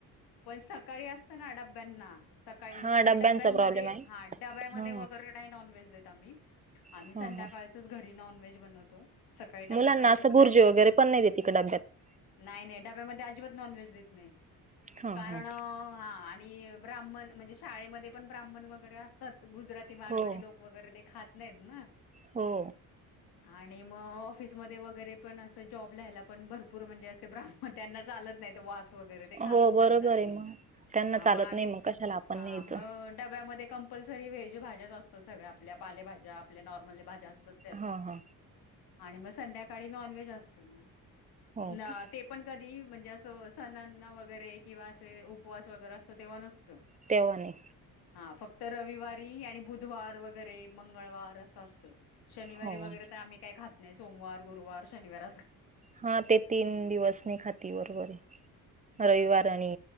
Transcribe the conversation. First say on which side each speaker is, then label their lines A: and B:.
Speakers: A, on the left; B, on the right.
A: पण सकाळी असत ना डब्यांना सकाळी म्हणजे
B: हा
A: आम्ही
B: डब्यांचा
A: डब्यांमध्ये
B: प्रॉब्लेम आहे
A: हा डब्यामदे
B: हा
A: वगेरे नाही नॉनव्हेज देत आम्ही आम्ही
B: हा
A: संध्याकाळचच
B: हा
A: घरी नॉनव्हेज बनवतो. सकाळी
B: मुलांना
A: डब्यामध्ये
B: असं
A: कस
B: भुर्जी
A: जाईल
B: वगैरे पण नाही देत इकडे डब्यात
A: नाही नाही त्यात डब्यामध्ये अजिबात नॉनव्हेज देत नाही.
B: हा
A: आणि
B: हा
A: ब्राह्मण म्हणजे शाळेमध्ये पण ब्राह्मण वगैरे असतात. गुजराती, मारवाडी
B: हो
A: लोक वगैरे ते खात नाहीत ना.
B: हो.
A: आणि मग ऑफिसमध्ये वगैरे पण असं जॉब लिहायला पण भरपूर म्हणजे असे ब्राह्म त्यांना चालत वास वगैरे ते
B: हो
A: खातच
B: बरोबर
A: नाहीत ना
B: आहे
A: ते.
B: मग त्यांना
A: हा
B: चालत
A: मग आम्ही
B: नाही कशाला आपण
A: हा
B: न्यायचं
A: मग डब्यामध्ये कॉम्प्ल कंपल्सरी व्हेज भाज्याच असतात सगळ्या आपल्या पालेभज्या आपल्या नॉर्मल भाज्या असतात. त्याच
B: हा हा
A: आणि मग संध्याकाळी नॉन व्हेज असत मग.
B: हो
A: ना
B: का
A: ते पण कधी म्हणजे अस सणना वैग वगैरे किंवा असे उपवास वगैरे असतो तेव्हा नसतं.
B: तेव्हा नाही
A: हा फक्त रविवारी आणि बुधवार वगैरे मंगळवार असं असतं. शनिवारी
B: हो
A: वगैरे तर आम्ही काय खात नाही सोमवार, गुरुवार, शनिार.
B: हा ते तीन दिवस नाही खाती बरोबर आहे रविवार
A: हा
B: आणि.